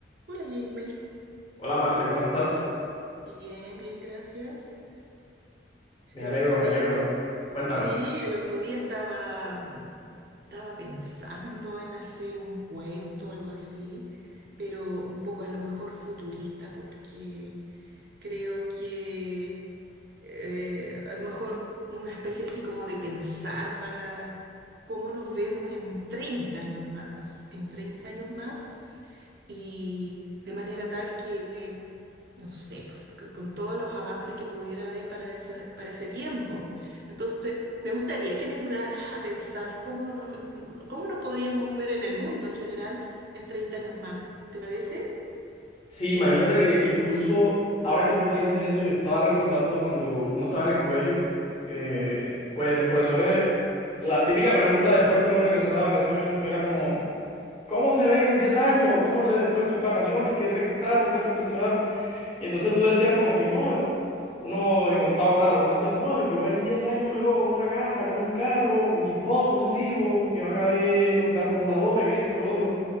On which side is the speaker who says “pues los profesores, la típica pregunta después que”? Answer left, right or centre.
Left